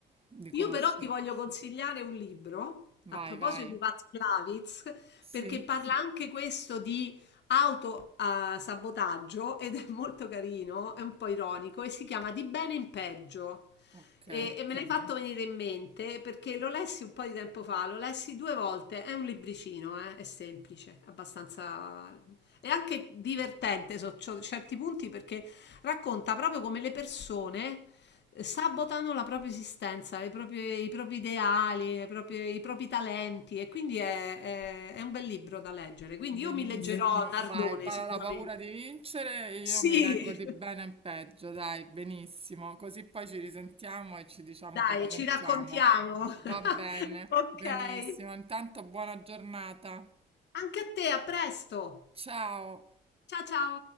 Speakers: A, on the right (about 30°); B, on the left (about 60°).
A: di conoscere.
B: Io però ti voglio consigliare un libro
A: Vai,
B: a proposito
A: vai.
B: di Václavitz,
A: Sì,
B: perché parla anche questo di autosabotaggio ed è molto carino, è un po' ironico e si chiama Di bene in peggio.
A: ok,
B: E, e me l'hai fatto venire in mente perché lo lessi un po' di tempo fa, lo lessi due volte, è un libricino, eh, è semplice, abbastanza... è anche divertente su cio- certi punti perché racconta proprio come le persone eh, sabotano la propria esistenza, le proprie- i propri ideali, le proprie- i propri talenti e quindi è, è- è un bel libro da leggere. Quindi
A: benissimo.
B: io mi leggerò Bellissimo. Nardone
A: Vai, pa-
B: sicuramente.
A: la paura di vincere, io
B: Sì,
A: mi leggo di bene in peggio, dai, benissimo. Così poi ci risentiamo e ci diciamo
B: <laughs> dai,
A: cosa pensiamo.
B: ci raccontiamo. <laughs>
A: Va bene,
B: Ok.
A: benissimo. Intanto buona giornata.
B: Anche a te, a presto.
A: Ciao.
B: Ciao ciao.